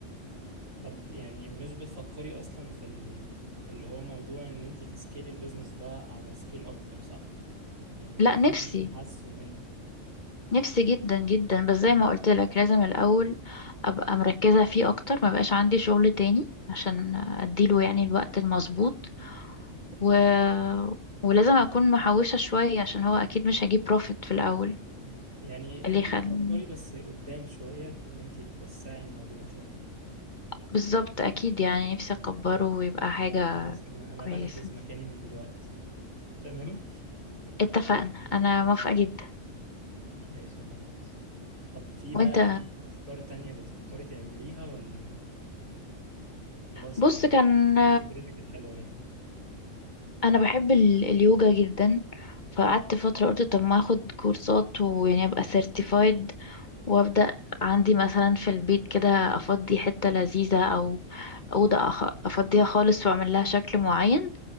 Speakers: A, on the right; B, on the left.
A: طب يعني مش بتفكري أصلا في ال... اللي هو موضوع إن انت تسكيلي البيزنس ده على سكيل أكبر صح؟ يعني
B: لا
A: ده <laughs> ده
B: نفسي
A: اللي حاسه منك
B: نفسي جدا جدا بس زي ما قلت لك لازم الأول أبقى مركزة فيه أكتر ما بقاش عندي شغل تاني عشان أديله يعني الوقت المظبوط و... ولازم أكون محوشة شوية عشان هو أكيد مش هجيب بروفيت في الأول
A: مم. يعني
B: اللي
A: انت
B: يخلي
A: بتفكري بس قدام شوية إن انت توسعي الموضوع شوية
B: بالظبط اكيد يعني نفسي اكبره ويبقى حاجة
A: طب خلاص أنا أنا
B: كويسة
A: بحجز مكاني من دلوقتي تمام؟ <laughs>
B: اتفقنا انا موافقة جدا
A: ماشي خلاص طب في بقى
B: وانت
A: أي أفكار تانية بتفكري تعمليها ولا خلاص
B: بص
A: يعني هو
B: كان
A: هي دي فكرتك الحلوة يعني
B: انا بحب ال- اليوجا جدا فقعدت فترة قلت طب ما اخد كورسات ويعني ابقى سيرتيفايد وابدأ عندي مثلا في البيت كده افضي حتة لذيذة او أوضة أخ- أفضيها خالص وأعمل لها شكل معين